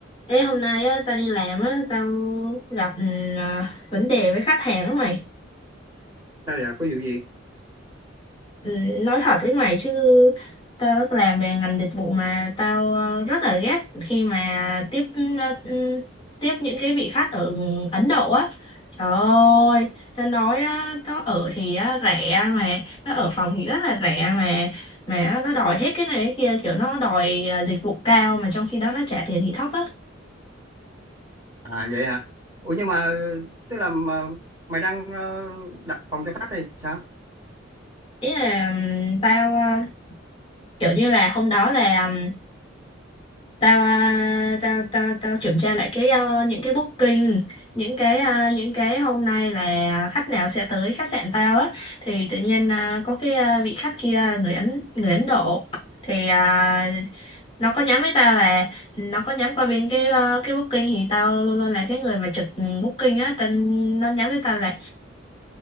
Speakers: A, on the left (about 25°); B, on the right (about 15°).
A: Ê, hôm nay á, tao đi làm á, tao gặp ừ, à, vấn đề với khách hàng đó mày.
B: sao vậy có vụ gì
A: Ừ, nói thật với mày chứ tao đã làm về ngành dịch vụ mà tao ờ, rất là ghét khi mà tiếp ờ, ừ, tiếp những cái vị khách ở Ấn Độ á. Trời ơi, tao nói á, nó ở thì á, rẻ mà, nó ở phòng thì rất là rẻ mà mà nó đòi hết cái này cái kia, kiểu nó đòi ờ, dịch vụ cao mà trong khi đó nó trả tiền thì thấp á.
B: à vậy hả ủa nhưng mà tức là mà, mày đang ờ, đặt phòng cho khách hay sao
A: Ý là ừm, tao à, kiểu như là hôm đó là um, tao à, tao tao tao kiểm tra lại cái ờ, những cái booking những cái à, những cái hôm nay là khách nào sẽ tới khách sạn tao á thì tự nhiên à, có cái à, vị khách kia người Ấn người Ấn Độ thì à, nó có nhắn với tao là nó có nhắn qua bên cái ờ, cái booking thì tao luôn luôn là cái người mà trực booking á tên nó nhắn với tao là